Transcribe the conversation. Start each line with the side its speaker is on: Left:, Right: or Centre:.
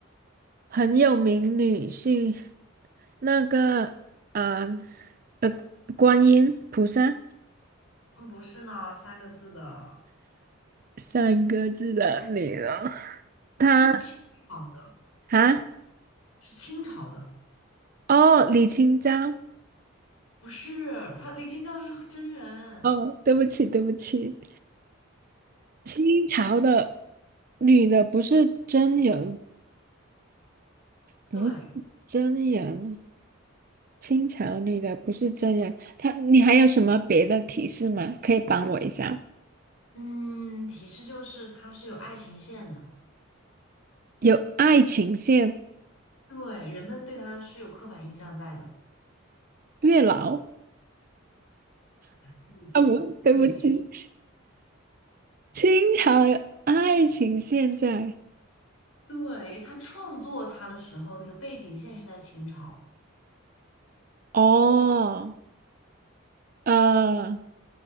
Right: 很有名女性，那个呃呃，观音菩萨
Left: 嗯，不是呢，三个字的，
Right: 三个字的女人，她
Left: 是清朝的，
Right: 啊，
Left: 是清朝的，
Right: 哦，李清照，
Left: 不是，他李清照是真人，
Right: 哦，对不起，对不起，清朝的女的不是真人，不，
Left: 对。
Right: 是真人清朝女的不是真人，她你还有什么别的提示吗？可以帮我一下？
Left: 嗯，提示就是它是有爱情线的，
Right: 有爱情线、
Left: 对，人们对它是有刻板印象在的。
Right: 月老
Left: 女性，
Right: 啊，不，对不起，
Left: 女性，
Right: 清朝有爱情线在
Left: 对，他创作它的时候，那个背景线是在清朝。
Right: 哦，呃，